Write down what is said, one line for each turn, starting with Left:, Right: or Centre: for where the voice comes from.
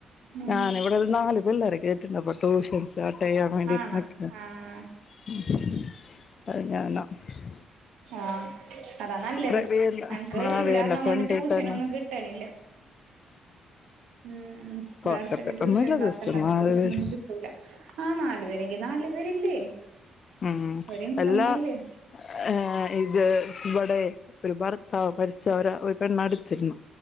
Right: ഉം
Left: ഞാൻ ഇവിടെ ഒരു നാല് പിള്ളേരെ കേട്ടിണ്ടപ്പൊ ട്യൂഷൻസ് സ്റ്റാർട്ട് ചെയ്യാൻ വേണ്ടിട്ട്
Right: ആണാ
Left: നിക്കുന്നു
Right: ആഹ്
Left: <unintelligible>
Right: ആഹ് അതാ നല്ലത്
Left: പ്രവീണിൻ്റെ
Right: ങ്ങക്ക്
Left: ആ
Right: ഇവിടെണം
Left: വീടിൻ്റെ ഫ്രണ്ടിൽ
Right: കൊണ്ട് ട്യൂഷനൊന്നും
Left: തന്നെ
Right: കിട്ടണില്ല ഉം ഇവിടെ
Left: കുഴപ്പമൊന്നുമില്ല
Right: അടുത്തൊക്ക ടൂഷൻ ക്ലാസ്
Left: ജസ്റ്റ്
Right: ഉണ്ടപ്പ
Left: നാല്
Right: ടൂഷനൊന്നും
Left: പേര്
Right: കിട്ടൂല ആ നാല് പേര് ങ്കി നാല് പേരില്ലേ
Left: ഉം
Right: ഒരു ഇൻകമായില്ലേ
Left: അല്ലാ ഏ ഇത് ഇവിടെ ഒരു ഭർത്താവ് മരിച്ചവര് ഒരു പെണ്ണടുത്തിരുന്നു